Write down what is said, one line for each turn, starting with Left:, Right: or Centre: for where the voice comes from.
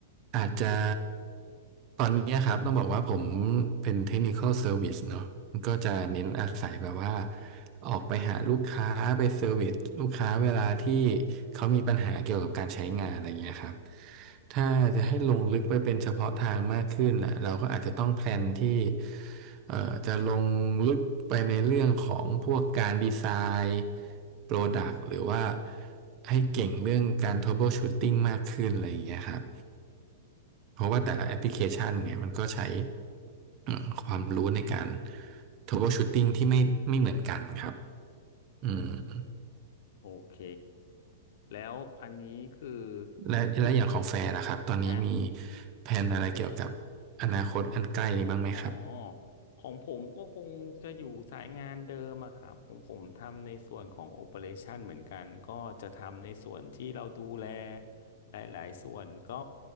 Right: อาจจะตอนเนี้ยครับต้องบอกว่าผมเป็น Technical Service เนอะก็จะเน้นอาศัยแบบว่าออกไปหาลูกค้าไปเซอร์วิสลูกค้าเวลาที่เขามีปัญหาเกี่ยวกับการใช้งานอะไรเงี้ยครับถ้าจะให้ลงลึกไปเป็นเฉพาะทางมากขึ้นน่ะเราก็อาจจะต้องแพลนที่เอ่อจะลงลึกไปในเรื่องของพวกการดีไซน์โปรดักต์หรือว่า ให้เก่งเรื่องการ troubleshooting มากขึ้นอะไรอย่างเงี้ยครับ เพราะว่าแต่ละแอปพลิเคชันเนี่ยมันก็ใช้เอ่อความรู้ในการ troubleshooting ที่ไม่ไม่เหมือนกันครับอืม
Left: อืม โอเคแล้วอันนี้คือ
Right: และและอย่างของแฟร์ล่ะครับตอนนี้มี
Left: คือฮะ
Right: แผนอะไรเกี่ยวกับอนาคตอันใกล้นี้บ้างไหมครับ
Left: อ๋อของผมก็คงจะอยู่สายงานเดิมอะครับผมผมทำในส่วนของโอ e r a t i o n เหมือนกันก็จะทำในส่วนที่เราดูแลหลายๆส่วนก็